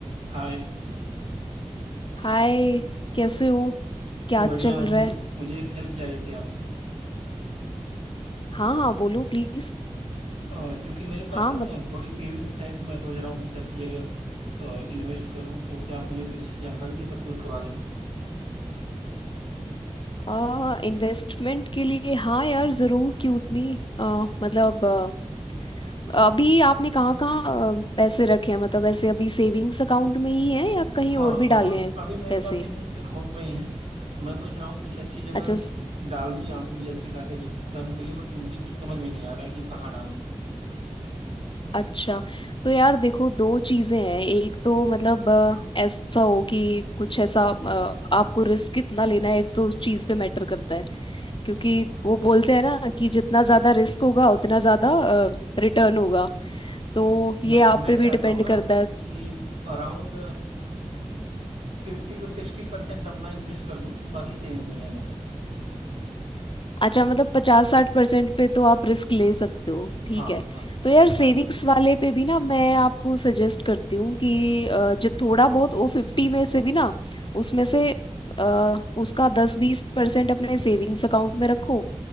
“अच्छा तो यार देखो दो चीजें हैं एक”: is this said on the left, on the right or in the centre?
Left